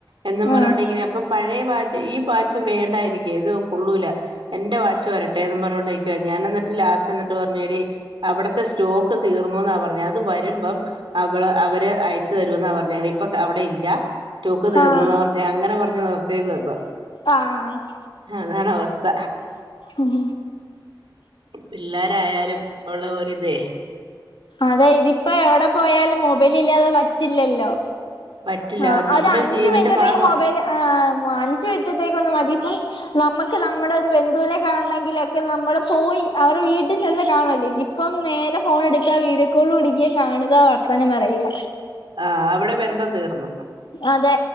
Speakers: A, on the right; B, on the left.
A: എന്നും പറഞ്ഞണ്ടെങ്ങനെ
B: ഉം
A: അപ്പൊ പഴയ വാച്ച് ഈ വാച്ച് വേണ്ടായെനിക്ക് ഇത് കൊള്ളൂല എൻ്റെ വാച്ച് വരട്ടെന്ന് പറഞ്ഞൊണ്ടിരിക്കുവാ ഞാൻ എന്നിട്ട് ലാസ്റ്റ് എന്നിട്ട് പറഞ്ഞു എടി അവിടത്തെ സ്റ്റോക്ക് തീർന്നുന്നാ പറഞ്ഞത് അത് വരുമ്പം അവള് അവര് അയച്ചു തരൂന്നാ പറഞ്ഞ ഇപ്പൊ അവിടെ ഇല്ല സ്റ്റോക്ക് തീർന്നുന്നാ
B: ആഹ്
A: പറഞ്ഞ അങ്ങനെ പറഞ്ഞു നിർത്തയേക്കപ്പ
B: ആഹ്
A: ആഹ് അതാണവസ്ഥ
B: ഉം
A: പിള്ളോരായാലും ഒള്ള ഒരിതേ
B: അതെ ഇതിപ്പോ എവിടെ പോയാലും മൊബൈൽ ഇല്ലാതെ പറ്റില്ലല്ലോ
A: പറ്റില്ല
B: ആഹ്
A: നമ്മുടെ
B: ഒരു അഞ്ച്
A: ജീവന്റെ
B: മിനറ്റത്തെക്ക്
A: ഭാഗവാ
B: മൊബൈൽ ആ അഞ്ചുമിനിറ്റത്തേക്ക് ഒന്ന് മതി ഇപ്പം നമ്മക്ക് നമ്മടൊരു ബന്ധുവിനെ കാണെങ്കിലൊക്കെ നമ്മള് പോയി അവരെ വീട്ടിചെന്ന് കാണുവല്ലേ ഇപ്പം നേരെ ഫോണെടുക്കാ, വീഡിയോകോൾ വിളിക്കാ, കാണുക, വർത്താനം പറയുക.
A: ആഹ് അവിടെ ബന്ധം തീർന്ന്.
B: അതെ